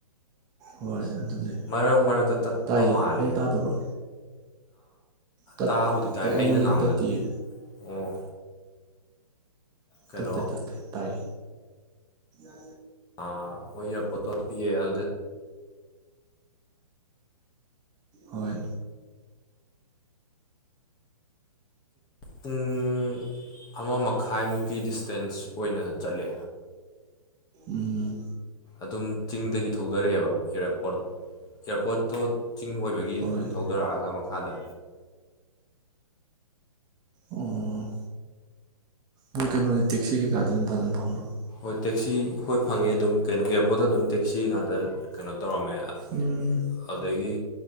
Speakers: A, on the right (about 20°); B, on the left (about 20°).
A: ꯍꯣꯏ ꯑꯗꯨꯅꯦ
B: ꯃꯔꯛ ꯃꯔꯛꯇ ꯇꯠꯄ
A: ꯇꯥꯏꯌꯦ
B: ꯃꯥꯜꯂꯦ
A: ꯅꯪ ꯇꯥꯗꯕ꯭ꯔꯣ ꯇꯠꯇꯦ
B: ꯇꯥꯕꯨꯗꯤ ꯇꯥꯏ
A: ꯑꯩꯉꯣꯟꯗꯗꯤ
B: ꯑꯩꯅ ꯉꯥꯡꯕꯗ
A: ꯇꯠꯇꯤꯌꯦ
B: ꯑꯣ ꯀꯩꯅꯣ
A: ꯊꯞꯦ ꯇꯞꯦ ꯇꯥꯏ ꯑ
B: ꯑ ꯍ ꯄ ꯇꯣꯄꯤꯑꯦ ꯑꯗꯨ
A: ꯍꯣꯏ
B: ꯄꯨꯡ ꯑꯃ ꯃꯈꯥꯏꯃꯨꯛꯀꯤ ꯗꯤꯁꯇꯦꯟꯁ ꯑꯣꯏꯅ ꯆꯠꯂꯦ
A: ꯎꯝ
B: ꯑꯗꯨꯝ ꯆꯤꯡꯗꯒꯤ ꯊꯧꯗꯔꯛꯑꯦꯕ ꯑꯦꯌꯥꯔꯄꯣꯔꯠ ꯑꯦꯌꯥꯔꯄꯣꯔꯠꯇꯣ ꯆꯤꯡ ꯑꯣꯏꯕꯒꯤ
A: ꯍꯣꯏ
B: ꯑꯗꯨꯝ ꯊꯧꯗꯔꯛꯑꯒ ꯃꯈꯥꯗ
A: ꯎꯝ ꯃ ꯀꯩꯅꯣꯗꯤ ꯇꯦꯛꯁꯤ ꯀꯩꯀꯥꯗꯤ ꯑꯗꯨꯝ ꯐꯖꯅ ꯐꯪꯕ
B: ꯍꯣꯏ ꯇꯦꯛꯁꯤ ꯍꯣꯏ ꯐꯪꯉꯦ ꯑꯗꯨꯝ ꯀꯩꯅꯣ ꯏꯌꯥꯔꯄꯣꯔꯠꯇ ꯑꯗꯨꯝ ꯇꯦꯛꯁꯤ ꯉꯥꯛꯇ ꯀꯩꯅꯣ ꯇꯧꯔꯝꯃꯦ
A: ꯎꯝ
B: ꯑꯗꯨꯗꯒꯤ